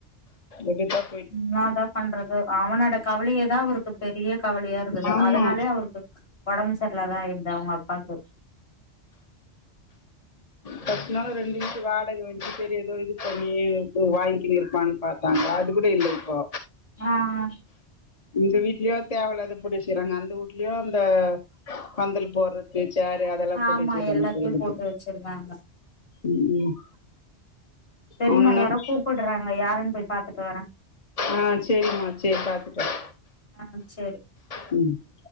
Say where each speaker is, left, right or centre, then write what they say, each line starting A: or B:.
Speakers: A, on the left; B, on the left.
A: எப்டி பாத்
B: என்னாதா பண்றதோ அவனோட கவலயேதா அவருக்கு பெரிய கவலயா இருக்குது
A: ஆமா
B: அதனாலே அவருக்கு ஒடம்பு சரிலாத ஆயிருது அவுங்க அப்பாக்கு
A: ஃபஸ்டுனாது ரெண்டு வீட்டு வாடக வன்ச்சு சரி எதோ இது பண்ணி வாங்கினு இரு க்லான் பாத்தாங்க அது கூட இல்ல இப்போ
B: ஆ ஆ
A: இந்த வீட்லியு தேவலாத இப்டி செய்றாங்க அந்த வூட்லியு அந்த பந்தல் போடுற இந்த சேரு அதல்லா போட்டு
B: ஆமா
A: வச்சுருகாங்க
B: எல்லாத்தையு
A: போல்ருக்கு
B: போட்டு வச்சிருக்காங்க
A: ம் ம்
B: செரி
A: அவன
B: நா யாரோ
A: நம்பி
B: கூப்புட்றாங்க யாருன் போய் பாத்துட்டு வரே
A: ஆ சேரிம்மா சேரி பாத்துட்டு வா
B: ஆ சேரி
A: ம்